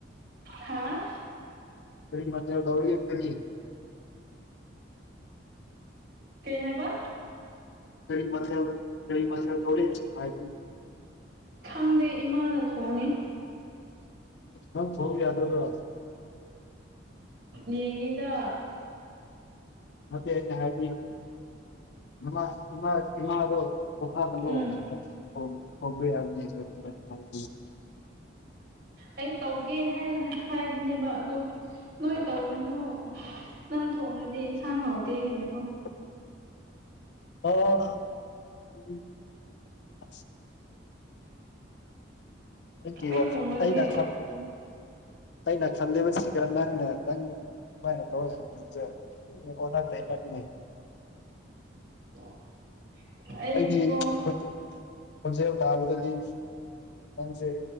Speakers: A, on the right; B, on the left.
A: ꯍꯥꯥ
B: ꯀꯔꯤ ꯃꯊꯦꯜ ꯇꯧꯔꯒꯦ ꯈꯜꯂꯤ
A: ꯀꯩ ꯍꯥꯏꯕ
B: ꯀꯔꯤ ꯃꯊꯜ ꯀꯔꯤ ꯃꯊꯜ ꯇꯧꯔꯤ ꯍꯥꯏ
A: ꯈꯪꯗꯦ ꯏꯃꯥꯅ ꯊꯣꯡꯉꯦ
B: ꯅꯪ ꯍ꯭ꯔꯤ ꯌꯥꯎꯗꯗ꯭ꯔꯣ
A: ꯌꯦꯡꯉꯦꯗ
B: ꯅꯠꯇꯦ ꯑꯩꯅ ꯍꯥꯏꯗꯤ ꯃꯃꯥ ꯏꯃꯥ ꯏꯃꯥꯗꯣ <unintelligible>
A: ꯎꯝ ꯑꯩ ꯇꯧꯒꯦ ꯍꯥꯏꯅ ꯍꯥꯏꯕꯅꯦꯕ ꯑꯗ ꯅꯣꯏ ꯇꯧꯔꯨꯅꯨ ꯅꯪ ꯊꯣꯡꯡꯂꯗꯤ ꯏꯟꯁꯥꯡ ꯍꯥꯎꯇꯦ ꯍꯥꯏꯅꯀꯣ
B: <inaudible> ꯑꯣ ꯑꯗꯨꯗꯤ ꯑꯁ ꯒꯤ
A: ꯑꯩ
B: ꯋꯥ
A: ꯊꯣꯡꯔꯗꯤ
B: ꯈꯟ ꯇ ꯗꯂ
A: ꯎꯝ
B: ꯑꯩꯅ ꯈꯜꯂꯦꯕ ꯁꯤꯒ ꯅꯪꯅ ꯅꯪ ꯀꯃꯥꯏꯅ ꯇꯧꯔꯦ ꯍꯥꯏꯕꯁꯦ ꯎꯪꯅꯕ ꯅꯠꯇꯦ ꯙꯞ ꯅꯦ
A: <unintelligible> ꯑꯩꯕꯨꯀꯣ
B: ꯑꯩꯗꯤ ꯍꯣꯠ ꯈꯣꯟꯖꯦꯜ ꯀꯥꯕꯗꯗꯤ ꯅꯪꯁꯦ